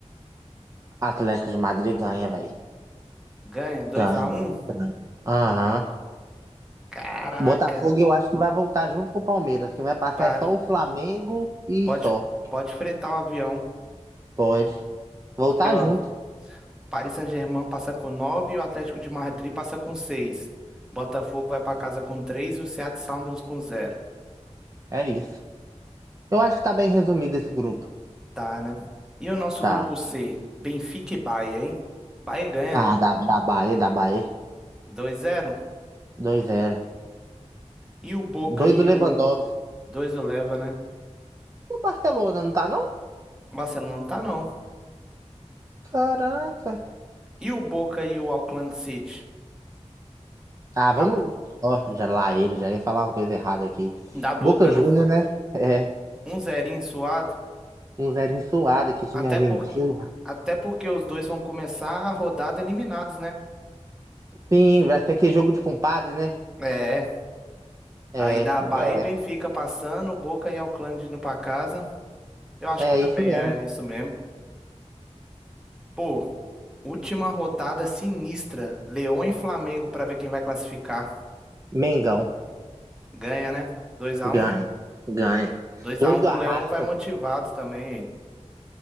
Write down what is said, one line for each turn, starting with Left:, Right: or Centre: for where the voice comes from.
Right: Atlético de Madrid ganha, velho.
Centre: Ganha 2
Right: Ganha.
Centre: a um
Right: ganha. Aham.
Centre: Caraca.
Right: Botafogo eu acho que vai voltar junto com o Palmeiras. Quem vai passar
Centre: Pá,
Right: é só o Flamengo e
Centre: Pode
Right: só.
Centre: pode fretar o avião,
Right: Pode.
Centre: porque
Right: Voltar
Centre: ó
Right: junto.
Centre: Paris Saint-Germain passa com 9, e o Atlético de Madrid passa com 6, Botafogo vai para casa com 3 e o Seattle Sounders com zero,
Right: É isso. Eu acho que tá bem resumido esse grupo.
Centre: Tá, né? E o nosso
Right: Tá.
Centre: grupo C, Benfica e Bahia, hein? Bahia ganha,
Right: Ah,
Centre: né?
Right: da, da Bahia, da Bahia.
Centre: 2-0.
Right: 2 zero.
Centre: E o Boca
Right: Dois
Centre: e
Right: do Lewandowski.
Centre: o 2 o leva, né?
Right: E o Barcelona, não tá, não?
Centre: O Barcelona não tá não.
Right: Caraca.
Centre: E o Boca e o Auckland City.
Right: Ah, vamos.
Centre: Da,
Right: Ó, já lá ele, já ia falar uma coisa errada aqui.
Centre: da Boca,
Right: Boca Júnior,
Centre: né?
Right: né? É.
Centre: Um zerinho suado,
Right: Um zero suado, que time
Centre: até
Right: argentino.
Centre: por até porque os dois vão começar a rodada eliminados, né?
Right: Sim, vai ser aquele jogo de compadre, né?
Centre: É.
Right: É,
Centre: Aí da Bahia
Right: é,
Centre: e Benfica passando, o Boca e Auckland indo pra casa. Eu acho
Right: é
Centre: que também
Right: isso mesmo.
Centre: é isso mesmo. Pô, última rodada sinistra. Leão e Flamengo pra ver quem vai classificar.
Right: Mengão,
Centre: Ganha, né? Dois a
Right: ganha,
Centre: um,
Right: ganha.
Centre: dois
Right: Dois
Centre: a um
Right: do
Centre: com
Right: Arrasca,
Centre: o Leão vai motivado também.